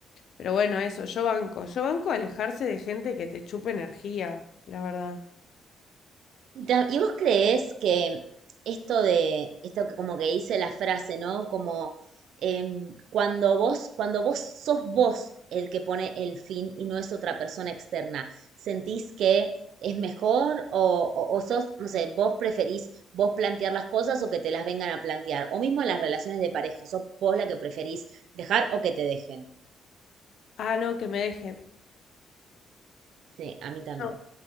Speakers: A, on the left; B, on the right.
A: pero bueno, eso, yo banco. Yo banco alejarse de gente que te chupe energía, la verdad.
B: Y ta- ¿y vos creés que esto de, esto que como que dice la frase, ¿no? Como em, cuando vos, cuando vos sos vos el que pone el fin y no es otra persona externa, ¿sentís que es mejor o, o- o sos, no sé, vos preferís vos plantear las cosas o que te las vengan a plantear? O mismo en las relaciones de pareja, ¿sos vos la que preferís dejar o que te dejen?
A: Ah, no, que me dejen.
B: Sí, a mí también.
A: Yo.